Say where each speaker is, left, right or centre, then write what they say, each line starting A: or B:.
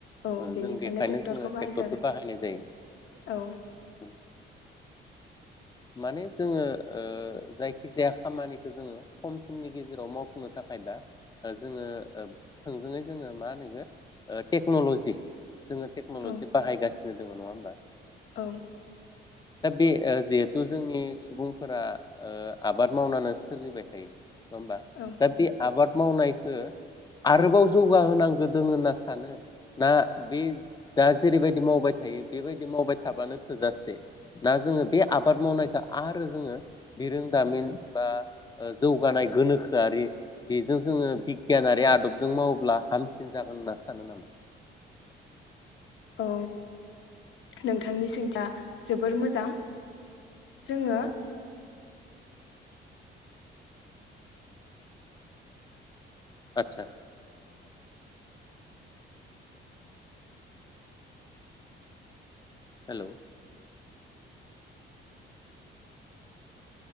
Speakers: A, on the left; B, on the left.
A: औ
B: ओ
A: बेनिखायनो
B: जों बेखायनो जोङो
A: बाहायदो
B: ट्रेक्टरखौ
A: आरो
B: बाहायनाय जायो।
A: औ
B: माने जोङो ओ जायखि जाया खामानिखौ जोङो खम समनि गेजेराव मावफुंनो थाखाय दा ओ जोङो ओ थोंजोङै जोङो मा होनो ओ टेक्न'लजि जोङो टेक्न'लज
A: औ
B: बायगासिनो जोङो नङा होमबा
A: औ
B: दा बे ओ जेथ थु जोंनि सुबुंफोरा ओ आबाद मावनानो सोलिबाय थायो। नङा होमबा
A: औ
B: दा बे आबाद मावनायखो आरोबाव जौगाहोनांगो दोङो होनना सानो ना बे दा जेरैबायदि मावबाय थायो बेबायदि मावबाय थाबानो थोजासे दा जोङो बे आबाद मावनायखौ आरो जोङो बिरोंदामिन बा ओ जौगानाय गोनोखोआरि बेजों जोङो बिगियानारि आदबजों मावोब्ला हामसिन जागोन होनना सानो नामा?
A: औ नोंथांनि सोंथिया जोबोर मोजां जोङो
B: औ आतसा हेल'